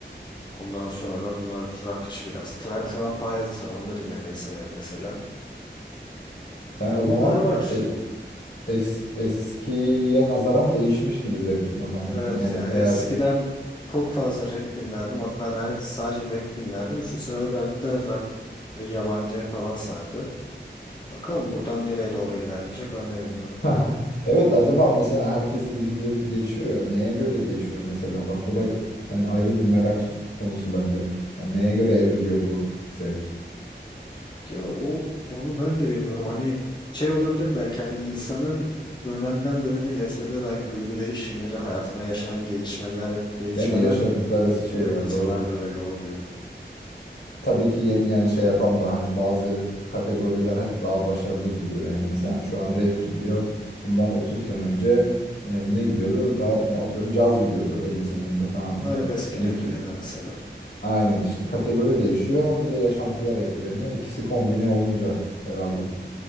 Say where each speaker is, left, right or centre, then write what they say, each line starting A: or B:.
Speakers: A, on the left; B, on the left.
A: Ondan sonra bunlar rockçı biraz. Twenty One Pilots var. Onu da dinlemeyi severim mesela.
B: Sen
A: Ya
B: o
A: bunlar
B: zaman
A: var.
B: e- es- eskiye nazaran değişmiş gibi zevkin o zaman.
A: Evet
B: Yani
A: ya eskiden
B: eğer
A: çok fazla rap dinlerdim. Hatta neredeyse sadece rap dinlerdim. Şu sıralar biraz da rock ve yabancı falan sardı. Bakalım buradan nereye doğru ilerleyecek ben de bilmiyorum.
B: <laughs> Evet acaba mesela herkesin müzik zevki değişiyor ya neye göre değişiyor mesela bak o da hani ayrı bir merak konusu bende. Yani neye göre evriliyor bu zevk?
A: Ya o onu ben de bilmiyorum. Hani şey olabilir belki hani insanın dönemden döneme yaşadığı belki duygu değişimleri, hayatına yaşanan gelişmeler, değişmeler
B: Değil mi? Yaşadıkları şeyler
A: büyük ihtimalle
B: doğru.
A: öyle oluyor.
B: tabii ki ye- yani şey yapan da hani bazı kategoriler hep daha başarılı gidiyor. Yani mesela şu an rap gidiyor. Bundan 30 sene önce e, ne gidiyordu? Daha ne atıyorum caz gidiyordu 50 sene önce falan.
A: Arabesk
B: Yani
A: gidiyordu
B: demek ki
A: ya da mesela.
B: aynen işte kategori değişiyor. Bir de yaşantılar etkileniyor. İkisi kombine olunca herhalde.